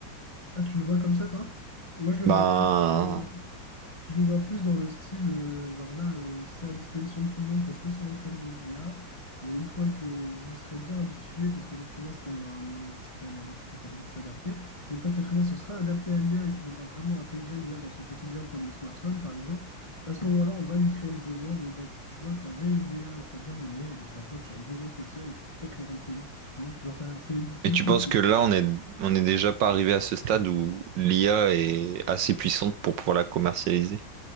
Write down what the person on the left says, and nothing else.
Ah, tu le vois comme ça, toi? Moi, je le
vois plus. euh, Je le vois plus dans le style, euh, genre là, euh, c'est à disposition de tout le monde parce que ça entraîne nos IA. Mais une fois que vous serez bien habitué, parce que l'être humain, c'est quand même un, c'est quand même un être qui est capable de s'adapter, et une fois que l'être humain se sera adapté à l'IA et qu'il aura vraiment intégré l'IA dans son quotidien, comme le smartphone par exemple, à ce moment-là, on va lui créer le besoin de, bah, tu vois, t'avais l'IA, t'as bien aimé, et donc maintenant tu as besoin de cette IA, et du coup peut-être le rendre payant pour tout le monde, j'en sais rien, c'est c'est
juste
une supposition.
hein.